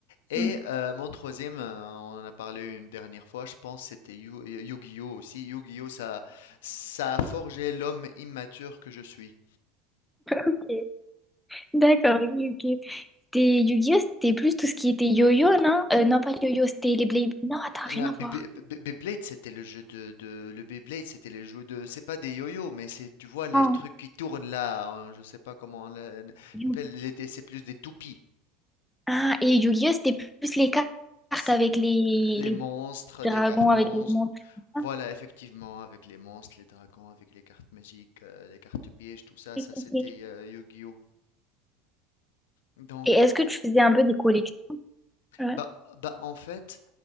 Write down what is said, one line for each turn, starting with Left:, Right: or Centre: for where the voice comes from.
Left: Et
Centre: Mhm.
Left: euh, mon troisième, euh, on en a parlé une dernière fois, je pense c'était Yu- euh, Yu-Gi-Oh aussi. Yu-Gi-Oh, ça, ça a forgé l'homme immature que je suis.
Centre: Ok. D'accord, ok, ok. C'était Yu-Gi-Oh! C'était plus tout ce qui était yo-yo, non? Euh, non, pas yo-yo, c'était les Blade. Non, attends, rien
Left: La
Centre: à
Left: Bey-
Centre: voir.
Left: Bey- Bey- Beyblade, c'était le jeu de, de- le Beyblade, c'était les jeux de, c'est pas des yo-yo, mais c'est, tu vois, les
Centre: Non.
Left: trucs qui tournent là, hein, je sais pas comment on l'a- l'appelle,
Centre: Yu-
Left: les- des- c'est plus des toupies.
Centre: Ah, et Yu-Gi-Oh! c'était plus les cartes
Left: C'est
Centre: avec les,
Left: les
Centre: les
Left: monstres,
Centre: dragons,
Left: des cartes
Centre: avec
Left: monstres.
Centre: les montres. Ah,
Left: Voilà, effectivement, avec les monstres, les dragons, avec les cartes magiques, euh, les cartes pièges, tout ça,
Centre: ok,
Left: ça
Centre: ok.
Left: c'était euh, Yu-Gi-Oh. Donc,
Centre: Et est-ce que
Left: ah,
Centre: tu faisais un peu des collections? Ouais.
Left: bah, bah, en fait,